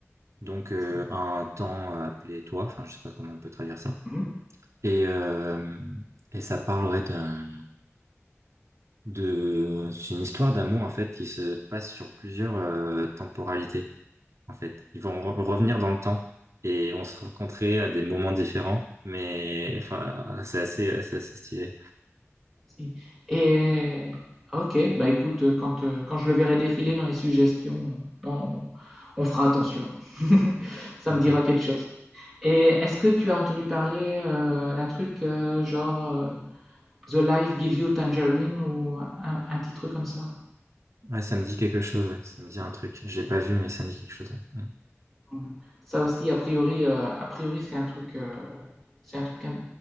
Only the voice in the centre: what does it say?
Si.
Mmh.
Si. Et euh, OK, bah écoute, euh, quand, euh, quand je le verrai défiler dans les suggestions, on, on fera attention. <laughs> Ça
me dira quelque chose. Et est-ce que tu as entendu parler euh, d'un truc euh, genre euh, The Life Give You Tangerine ou un, un petit truc comme ça?
Mm. Ça aussi, a priori, euh, a priori, c'est un truc, euh, c'est un truc, à-